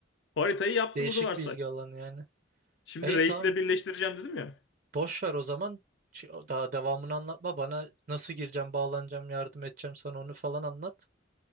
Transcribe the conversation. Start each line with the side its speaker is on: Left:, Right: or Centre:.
Left: Haritayı yaptığımızı
Right: Değişik
Left: varsay.
Right: bir ilgi alanı yani.
Left: Şimdi
Right: E, İyi
Left: raid'le
Right: tamam
Left: birleştireceğim dedim ya.
Right: boş ver o zaman. Ç- Daha devamını anlatma bana nasıl gireceğim, bağlanacağım, yardım edeceğim sana onu falan anlat.